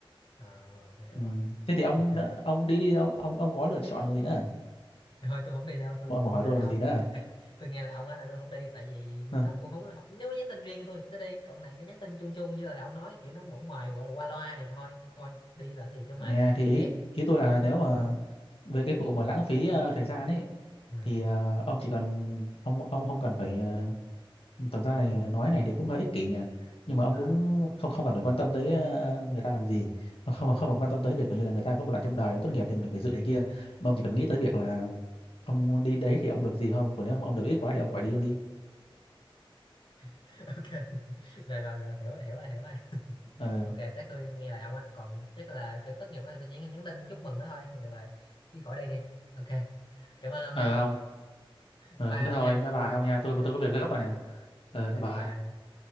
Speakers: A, on the left; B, on the left.
A: Ờ, rồi tôi hiểu
B: Ừ.
A: rồi
B: Thế thì ông
A: ok
B: đã- ông đi đi ông ông, ông có lựa chọn làm gì nữa
A: thôi tôi không đi đâu tôi
B: ông
A: tôi
B: còn
A: nghe
B: hỏi tôi
A: là
B: làm
A: ông
B: gì nữa
A: tôi nghe là ông á là tôi không đi tại vì nó
B: ừ.
A: cũng không có học nếu nó nhắn tin riêng cho tôi thì tôi sẽ đi còn này nó nhắn tin chung chung như là ông nói kiểu nó mỏng ngoài gọi là qua loa thì thôi thôi đi làm gì cho mệt
B: nè thì ý,
A: ghét
B: ý tôi là
A: giỏi
B: nếu
A: luôn
B: mà về cái vụ mà lãng phí ờ, thời gian ấy
A: ừ
B: thì ờ, ông chỉ cần ông ông không cần phải ờ, thực ra này nói này thì cũng hơi ích kỷ nhỉ nhưng mà ông
A: à
B: cũng không không cần phải quan tâm tới ờ, người ta làm gì không không
A: à
B: không cần quan tâm tới việc như là người ta có một lần trong đời tốt nghiệp thì mình phải dự này kia mà ông chỉ cần
A: ừ
B: nghĩ tới việc là ông đi đấy thì ông được gì không còn nếu mà ông được ít quá thì ông khỏi đi ông đi
A: <laughs> ok <laughs> rồi rồi rồi hiểu rồi hiểu rồi hiểu rồi
B: ờ
A: ok chắc tôi nghe lời ông á còn chắc là cái tốt nghiệp đó là tôi chỉ nhắn tin chúc mừng nó thôi thì được rồi chứ khỏi đi đi ok cảm ơn ông
B: ờ
A: nha
B: ông ờ
A: bye
B: thế
A: ông
B: thôi
A: nha
B: bye bye ông nha
A: ok
B: tôi tôi có việc
A: bye
B: gấp rồi nè ờ
A: ok
B: bye
A: bye